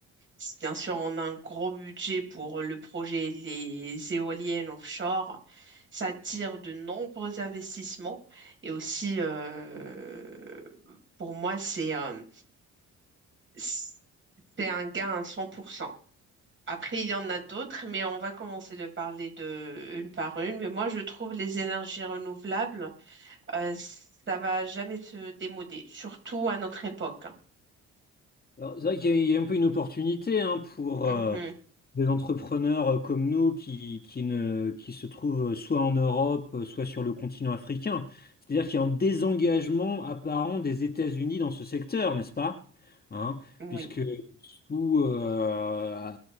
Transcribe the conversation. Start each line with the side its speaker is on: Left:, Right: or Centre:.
Right: si bien sûr, on a un gros budget pour le projet les éoliennes offshore. Ça attire de nombreux investissements et aussi, euh, pour moi, c'est euh, c'est un gain à 100%. Après, il y en a d'autres, mais on va commencer de parler de une par une. Mais moi, je trouve les énergies renouvelables, euh, ça va jamais se démoder, surtout à notre époque.
Left: Alors, c'est vrai qu'il y a, il y a un peu une opportunité hein, pour,
Right: Mhm.
Left: euh, des entrepreneurs euh, comme nous qui, qui ne, qui se trouvent soit en Europe, euh, soit sur le continent africain. C'est-à-dire qu'il y a un désengagement apparent des États-Unis dans ce secteur, n'est-ce pas? Hein
Right: Oui.
Left: Puisque sous euh,